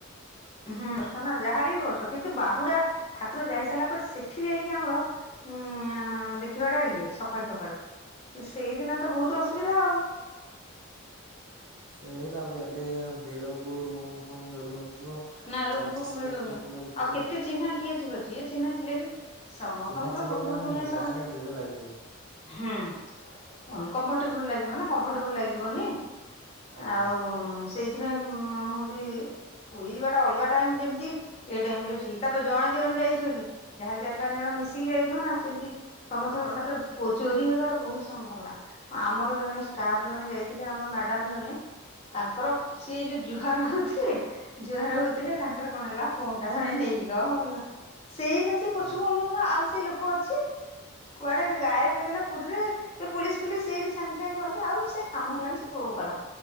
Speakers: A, on the left; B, on the right.
A: ହୁଁ ବସ ନା ଯାହାହେଲେ ବି ବର୍ଷ, କିନ୍ତୁ ବାହୁଡା ଠାକୁର ଯାଇ ସାରିଲା ପରେ ସେଠି ଯାଇକି ଆମର ଉଁ ଦେଖିବାଟା ଇଏ ସକାଳୁ ସକାଳୁ, ସେଇଦିନ ତ ବହୁତ ଅସୁବିଧା ଆଉ।
B: ସେ ତାପରେ ଏବେ ଭିଡକୁ ରୁମ ଫୁମ ମିଳୁନଥିବ।
A: ନା ରୁମ୍
B: ଚାର୍ଜେସ୍
A: ଫୁମ ମିଳୁନି।
B: ବି ଅଧିକ ଲାଗୁଥିବ
A: ଆଉ କେତେ ଚିହ୍ନା କିଏ ଥିବେ, ଯିଏ ଚିହ୍ନା ଥିଲେ ବି ସମସ୍ତଙ୍କର
B: ଚିହ୍ନା ଥିଲେ
A: ବନ୍ଧୁ
B: ମ୍ୟାମ
A: କୁଣିଆ
B: ଯାହାଲେ
A: ସମସ୍ତେ
B: ବି ଭିଡ ଲାଗିବ
A: ହୁଁ ଅନକମ୍ଫର୍ଟେବୁଲ ଲାଗିବ ନା, କମ୍ଫର୍ଟେବୁଲ ଲାଗିବନି।
B: ଆଜ୍ଞା।
A: ଆଉ ସେଇଥିପାଇଁ ହଉଛି ପୁରୀ ଯିବାଟା ଅଲଗା ଟାଇମ୍ ଯେମିତି, ଏଇ ଟାଇମ ରେ ଠିକ। ତାପରେ ଜଣେ ଦି ଜଣେ ଯାଇଥିବେ କି? ଯାହାହେଲେ ଚାରି ପାଞ୍ଚ ଜଣ ମିଶିକି ଯାଇଥିବେ ନା। ସେମିତି ସମସ୍ତେ
B: ଆଜ୍ଞା
A: ତାପରେ ଚୋ ଚୋରି ହେବାର ବହୁତ ସମ୍ଭାବନା। ଆମର ଜଣେ ଷ୍ଟାଫ ଜଣେ ଯାଇଥିଲେ, ଆମର ମ୍ୟାଡାମ ଜଣେ। ତାଙ୍କର ସିଏ ଯୋଉ ଜୁହାର ହଉଥିଲେ ଜୁହାର ହଉଥିଲେ ତାଙ୍କର କଣ ହେଲା, ଫୋନ ଟା ଜଣେ ନେଇଗଲା। ସେଇନା
B: ଆଜ୍ଞା।
A: ସେ ପୋଛକୁ ଅନଉ ଅନଉ, ଆଉ ସେ ଲୋକ ଅଛି? କୁଆଡେ ଗାଏବ ହେଇଗଲା ପୁରୀରେ। ସେ ପୋଲିସ ଫୁଲିସ ସେଇଠି ସାଙ୍ଗେ ସାଙ୍ଗେ କହିଲେ, ଆଉ ସେ କାମ ହେଲାନି ସେ କୋଉକୁ ଗଲା।